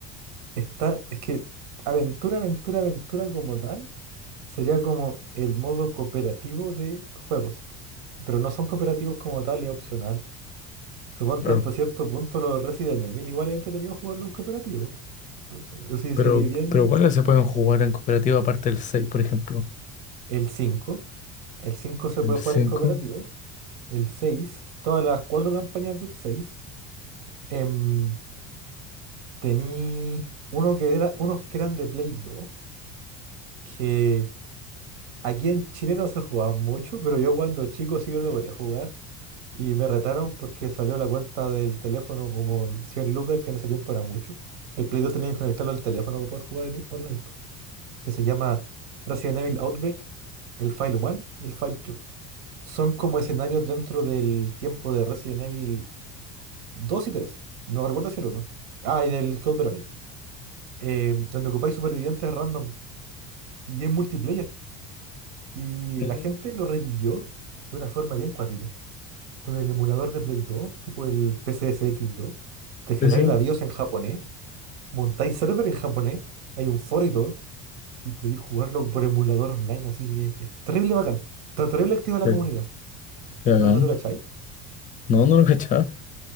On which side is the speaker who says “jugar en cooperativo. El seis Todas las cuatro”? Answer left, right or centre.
Right